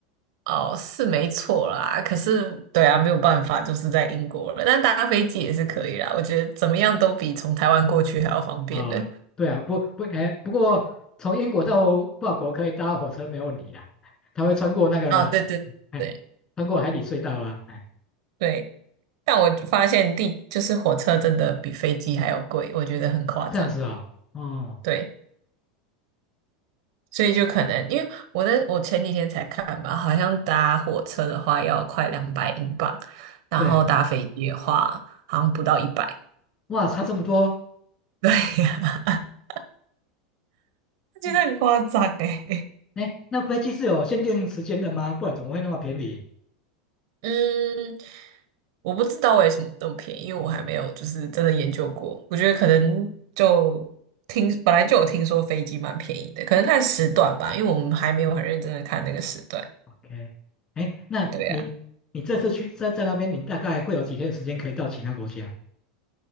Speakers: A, on the right (about 65°); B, on the left (about 25°).
A: 哦是没错啦，可是对啊，没有办法，就是在英国了。但搭飞机也是可以啦，我觉得怎么样都比从台湾过去还要方便的。
B: 啊。对啊，不不，哎，不过从英国到法国可以搭火车没有问题啦，它会穿过那个，
A: 啊，对对对
B: 哎，穿过海底隧道啊，哎，
A: 对，但我就发现地就是火车真的比飞机还要贵，我觉得很夸张。
B: 这样子啊、哦，哦，
A: 对。所以就可能因为我在我前几天才看吧，好像搭火车的话要快两百英镑，
B: 嗯
A: 然后搭飞机的话好像不到一百。
B: 对，哇，差这么多，
A: <laughs> 对呀、<laughs> 我觉得很夸张诶。
B: 嗯哎，那飞机是有限定时间的吗？不然怎么会那么便宜
A: <laughs> 嗯，我不知道为什么那么便宜，因为我还没有就是真的研究过。我觉得可能就听本来就有听说飞机蛮便宜的，可能看时段吧，因为我们还没有很认真的看那个时段。
B: ？OK，哎，那你你这次去在在那边，
A: 对呀、
B: 你大概会有几天时间可以到其他国家？